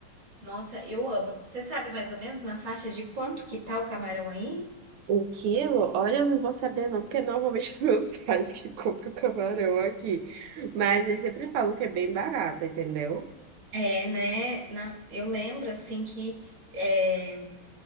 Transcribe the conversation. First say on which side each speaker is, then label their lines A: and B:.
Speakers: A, on the right; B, on the right.
A: Nossa, eu amo. Você sabe mais ou menos na faixa de quanto que tá o camarão aí?
B: O quilo, olha, eu não vou saber não, porque normalmente <laughs> meus pais que compram camarão aqui. Mas eles sempre falam que é bem barato, entendeu?
A: É, né? na- eu lembro, assim, que é,